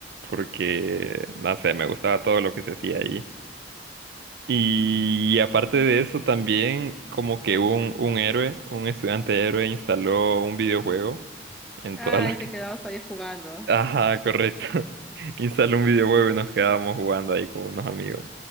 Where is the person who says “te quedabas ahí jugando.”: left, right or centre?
Centre